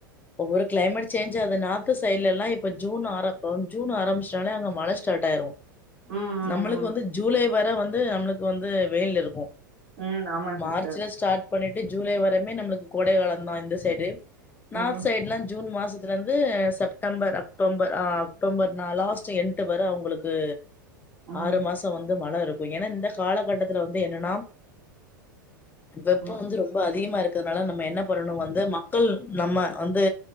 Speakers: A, on the left; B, on the right.
A: ஒவ்வொரு கிளைமேட் சேஞ்சாது நாத்து சைட்லலா இப்ப ஜூன் ஆரம்போ ஜூன் ஆரமிச்டாலே அங்க மழ ஸ்டாட் ஆய்ரு
B: ம் ம்
A: நம்ளுக்கு
B: ம்
A: வந்து ஜூலை வர வந்து நம்ளுக்கு வந்து வெயில் இருக்கு
B: ம் ஆமாங்க சிஸ்டர்
A: மார்ச்சுல ஸ்டாட் பண்ணிட்டு ஜூலை வரம்மே நம்ளுக்கு கோடைகாளந்தா இந்த சைடு நார்த்
B: ம்
A: சைடுல ஜூன் மாசத் துல இருந்து செப்டம்பர் அக்டோம்பர் ஆ அக்டோபர்னா லாஸ்ட்டு என்ட்டு வர அவுங்குளுக்கு
B: ம்
A: ஆறு மாசோ வந்து மழ இருக்கு ஏனா இந்த காலகட்டத்துல வந்து என்னனா வெப்போ
B: ம்
A: வந்து ரொம்ப அதிகமா இரு க்றனால நம்ம என்ன பண்ணணு வந்து மக்கள் நம்ம வந்து